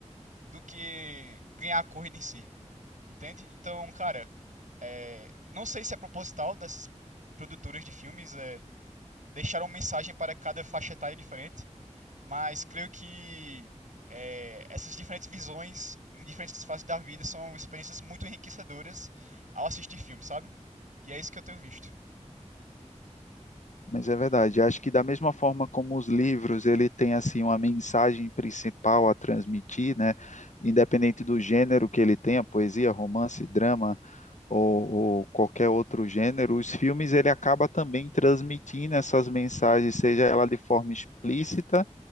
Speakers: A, on the right; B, on the left.
A: do que ganhar a corrida em si, entende? Então, cara, é, não sei se é proposital dessas produtoras de filmes é, deixar uma mensagem para cada faixa etária diferente, mas creio que é, essas diferentes visões em diferentes fases da vida são experiências muito enriquecedoras ao assistir filmes, sabe? E é isso que eu tenho visto.
B: Mas é verdade, acho que da mesma forma como os livros, ele tem assim uma mensagem principal a transmitir, né? Independente do gênero que ele tenha, poesia, romance, drama ou, ou qualquer outro gênero, os filmes ele acaba também transmitindo essas mensagens, seja ela de forma explícita